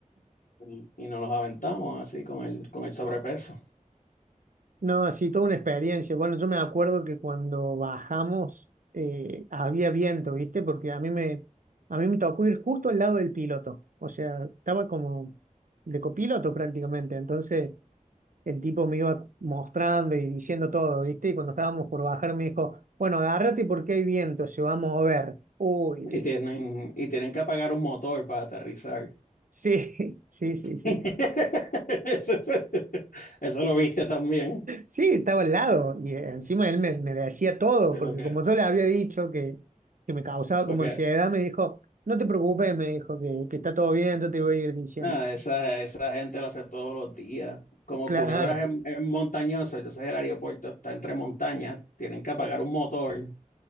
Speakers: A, on the left; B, on the right.
A: Y, y nos los aventamos así con el, con el sobrepeso.
B: No, así toda una experiencia. Bueno, yo me acuerdo que cuando bajamos eh, había viento, ¿viste? Porque a mí me, a mí me tocó ir justo al lado del piloto. O sea, estaba como de copiloto prácticamente. Entonces el tipo me iba mostrando y diciendo todo, ¿viste? Y cuando estábamos por bajar me dijo, bueno, agárrate porque hay viento, se va a mover. Uy, di-
A: Y tienen, y tienen que apagar un motor para aterrizar.
B: sí, <laughs> sí, sí, sí.
A: <laughs> Eso, eso lo viste también.
B: Sí, estaba al lado y encima él me, me decía todo,
A: Sí,
B: porque
A: porque,
B: como yo le había dicho que, que me causaba
A: porque
B: como ansiedad, me dijo, no te preocupes, me dijo que, que está todo bien, yo te voy a ir diciendo.
A: Ah, esa, esa gente lo hace todos los días. Como
B: Claro,
A: Culebra es, es montañoso, entonces el aeropuerto está entre montañas, tienen que apagar un motor